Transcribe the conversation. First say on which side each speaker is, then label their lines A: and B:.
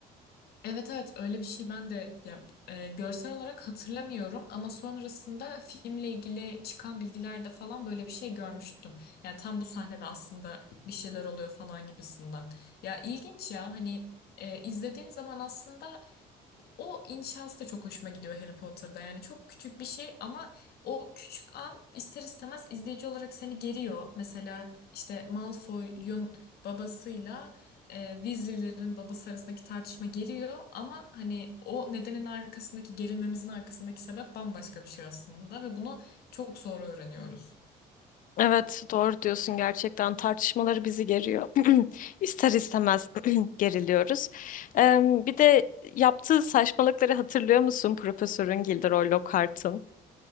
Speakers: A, on the left; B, on the left.
A: Evet evet öyle bir şey ben de ya, e, görsel olarak hatırlamıyorum ama sonrasında filmle ilgili çıkan bilgilerde falan böyle bir şey görmüştüm. Yani tam bu sahnede aslında bir şeyler oluyor falan gibisinden. Ya ilginç ya hani e, izlediğin zaman aslında o inşası da çok hoşuma gidiyor Harry Potter'da. Yani çok küçük bir şey ama o küçük an ister istemez izleyici olarak seni geriyor. Mesela işte Malfoy'un babasıyla e, Weasley'lerin babası arasındaki tartışma geriyor ama hani o nedenin arkasındaki gerilmemizin arkasındaki sebep bambaşka bir şey aslında ve bunu çok sonra öğreniyoruz.
B: Evet, doğru diyorsun gerçekten tartışmaları bizi geriyor. <clears throat> İster istemez <clears throat> geriliyoruz. Ee, bir de yaptığı saçmalıkları hatırlıyor musun Profesörün Gilderoy Lockhart'ın?